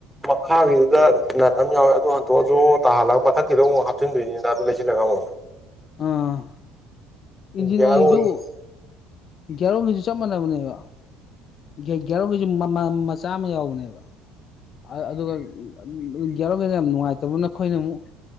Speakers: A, in the centre; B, on the left.
A: ꯃꯈꯥꯒꯤꯗꯨꯗ ꯅꯥꯠ ꯑꯃ ꯌꯥꯎꯋꯦ ꯑꯗꯨ ꯍꯟ ꯇꯣ ꯖꯣ ꯇꯥꯍꯜꯂꯒ ꯃꯊꯛꯀꯤꯗꯣ ꯑꯃꯨꯛ ꯍꯥꯞꯆꯤꯟꯗꯣꯏꯅꯤꯅ ꯑꯗꯨ ꯂꯩꯁꯤꯜꯂꯒ ꯑꯃꯨꯛ
B: ꯑꯥ ꯏꯟꯖꯤꯟ
A: ꯒꯤꯌꯥꯔ
B: ꯑꯣꯏꯁꯨ
A: ꯑꯣꯏꯜꯒꯤ
B: ꯒꯤꯒꯌꯥꯔ ꯑꯣꯏꯟꯒꯁꯨ ꯆꯞ ꯃꯥꯟꯅꯕꯅꯦꯕ ꯒ꯭ꯌꯥ ꯒ꯭ꯌꯥꯔꯑꯣꯏꯜꯁꯨ ꯃꯆꯥ ꯑꯃ ꯌꯥꯎꯕꯅꯦꯕ ꯑꯗꯨꯒ ꯒ꯭ꯌꯥꯔꯑꯣꯏꯜ ꯌꯥꯝ ꯅꯨꯡꯉꯥꯏꯇꯕ ꯅꯈꯣꯏꯅ ꯑꯃꯨꯛ